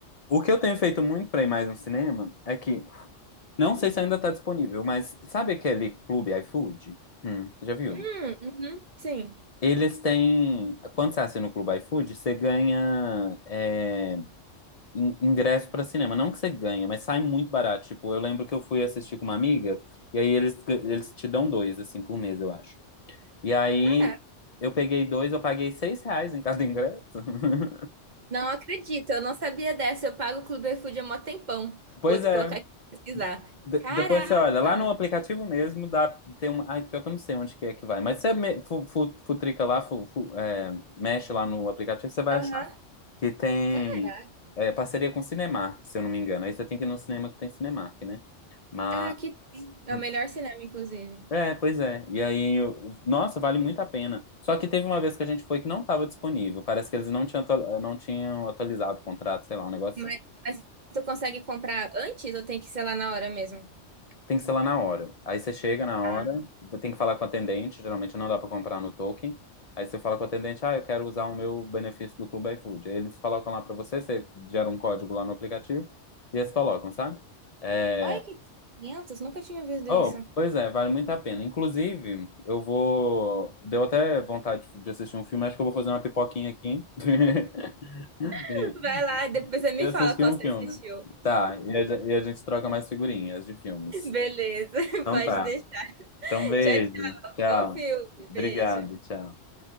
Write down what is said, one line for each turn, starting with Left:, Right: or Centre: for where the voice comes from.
Left: O que eu tenho feito muito pra ir mais no cinema é que, não sei se ainda tá disponível, mas sabe aquele Clube iFood? Hum, já viu?
Right: Hum, uhum, sim.
Left: Eles têm. Quando você assina o Clube iFood, você ganha. É, in- ingresso pra cinema. Não que você ganha, mas sai muito barato. Tipo, eu lembro que eu fui assistir com uma amiga, e aí eles, ga- eles te dão dois, assim, por mês, eu acho. E aí
Right: Caraca,
Left: eu peguei dois, eu paguei seis reais em cada ingresso. <laughs>
Right: não acredito, eu não sabia dessa. Eu pago o Clube iFood há mó tempão.
Left: Pois
Right: Vou
Left: é.
Right: colocar aqui pra pesquisar.
Left: De-
Right: Caraca!
Left: depois você olha, lá no aplicativo mesmo, dá, tem uma. Ai, pior que eu não sei onde que é que vai. Mas você me- fu- fu- futrica lá, fu- fu- é, mexe lá no aplicativo, você vai
Right: Aham.
Left: achar que tem
Right: Caraca.
Left: é, parceria com Cinemark, se eu não me engano. Aí você tem que ir no cinema que tem Cinemark, né? Mas.
Right: Ah, aqui tem. É
Left: hum,
Right: o melhor cinema, inclusive.
Left: É, pois é. E aí, eu- nossa, vale muito a pena. Só que teve uma vez que a gente foi que não estava disponível. Parece que eles não tinham, atua- não tinham atualizado o contrato, sei lá, um negócio.
Right: Mas,
Left: assim.
Right: mas tu consegue comprar antes ou tem que ser lá na hora mesmo?
Left: Tem que ser lá na hora. Aí você chega na
Right: Ah.
Left: hora, tem que falar com o atendente. Geralmente não dá para comprar no token. Aí você fala com o atendente, ah, eu quero usar o meu benefício do Clube iFood. Aí eles colocam lá para você, você gera um código lá no aplicativo e eles colocam, sabe? É,
Right: Olha que 500, nunca tinha visto
Left: Oh,
Right: isso.
Left: pois é, vale muito a pena. Inclusive, eu vou. Deu até vontade de assistir um filme, acho que eu vou fazer uma pipoquinha aqui <laughs>
Right: <laughs>
Left: e
Right: Vai lá, depois você me
Left: e assistir
Right: fala qual
Left: um
Right: você
Left: filme.
Right: assistiu.
Left: Tá, e a, ge- e a gente troca mais figurinhas de filmes.
Right: Beleza, <laughs>
Left: Então
Right: pode
Left: tá.
Right: deixar.
Left: Então, beijo.
Right: Tchau, tchau.
Left: Tchau.
Right: Bom filme. Beijo.
Left: Obrigado, tchau.